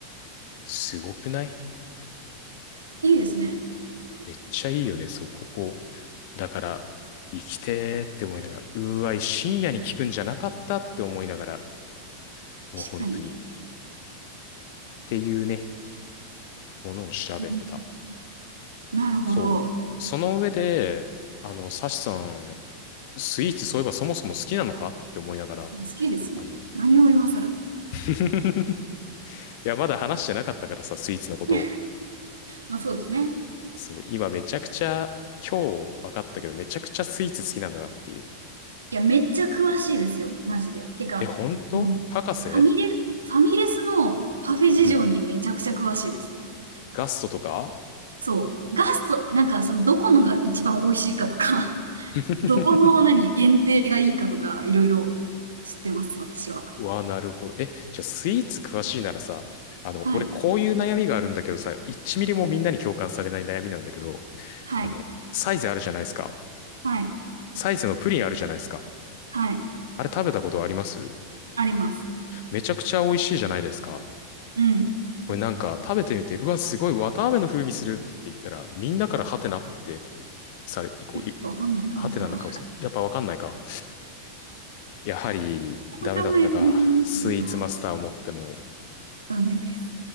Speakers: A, on the left; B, on the right.
A: すごくない
B: いいですね。
A: めっちゃいいよね、そう、ここ。だから、生きてーって思いながら、うーわい、深夜に聞くんじゃなかったって思いながら、もう本当に。
B: 確かに。
A: っていうね、ものを調べてた。
B: うんなるほど。
A: そう。その上で、あの、サシさん、スイーツそういえばそもそも好きなのかって思いながら、
B: 好きですよ。
A: あの、
B: 何を今更。
A: <laughs> いや、まだ話してなかったからさ、スイーツのことを。
B: <laughs> まあそうですね。
A: そう、今めちゃくちゃ、今日分かったけど、めちゃくちゃスイーツ好きなんだなっていう。
B: いや、めっちゃ詳しいですよ、マジで。てか、
A: え、本当博士
B: あの、ファミレ、ファミレスのパフェ事情にめちゃくちゃ詳しいです。
A: うん。ガストとか
B: そう。ガスト、なんか、その、どこのが一番美味しいかとか、
A: <laughs>
B: <laughs> どこの何、限定がいいかとか、いろいろ知ってます、私は。
A: わあ、なるほど。え、じゃあスイーツ詳しいならさ、あの、
B: はい。
A: 俺こういう悩みがあるんだけどさ、1ミリもみんなに共感されない悩みなんだけど、
B: はい。
A: あの、サイズあるじゃないですか。
B: はい。
A: サイズのプリンあるじゃないですか。
B: はい。
A: あれ食べたことあります
B: あります。
A: めちゃくちゃ美味しいじゃないですか。
B: うん。
A: これなんか食べてみて、うわ、すごい綿あめの風味するって言ったら、みんなからハテナってこうされ、こう、
B: いや、ちょっとわかんないかも、
A: いハテナな顔する。
B: それは。
A: やっぱわかんないか。やはり、
B: わかんないですね。
A: ダメだったか。スイーツマスターを持っても
B: それは。残念です。